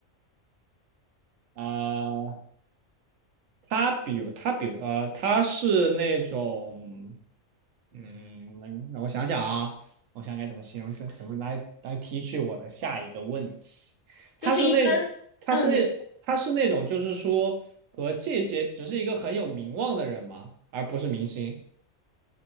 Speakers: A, on the right; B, on the left.
A: 啊，他比如他比如呃，他是那种，嗯，那让我想想啊，我想该怎么形容这，怎么来来提取我的下一个问题？他是那他是那他是那种就是说和这些只是一个很有名望的人吗？
B: 就是一般，嗯，你，
A: 而不是明星，